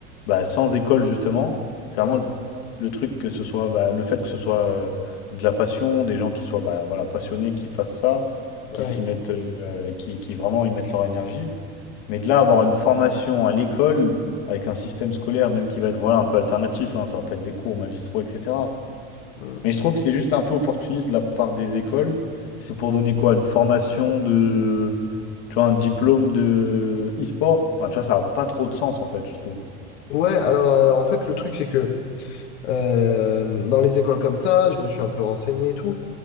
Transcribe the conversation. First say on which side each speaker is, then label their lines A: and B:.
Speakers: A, on the left; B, on the left.
A: bah, sans école, justement. C'est vraiment
B: Ouais.
A: le le truc que ce soit, bah, le fait que ce soit euh, de la passion, des gens qui soient bah, voilà, passionnés, qui fassent ça,
B: Ouais.
A: qui s'y mettent, euh, et qui, qui vraiment y mettent leur énergie. Mais de là, avoir une formation à l'école, avec un système scolaire, même qui va être voilà, un peu alternatif, hein, ça va pas être des cours magistraux, etc.
B: Hmm.
A: Mais je trouve que c'est juste un peu opportuniste de la part des écoles. C'est pour donner quoi? Une formation de. Tu vois, un diplôme de e-sport? Enfin, tu vois, ça n'a pas trop de sens, en fait, je trouve.
B: Ouais, alors euh, en fait, le truc, c'est que euh, dans les écoles comme ça, je me suis un peu renseigné et tout.